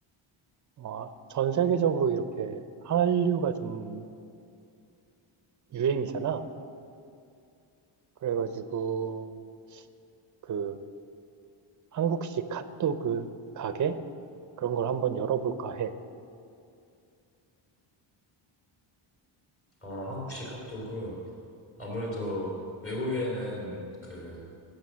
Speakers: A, on the right (about 40°); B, on the left (about 25°).
A: 어, 전 세계적으로 이렇게 한류가 좀 유행이잖아. 그래가지고, 그, 한국식 핫도그 가게? 그런 걸 한번 열어볼까 해.
B: 아 한국식 핫도그 아무래도 외국에는 그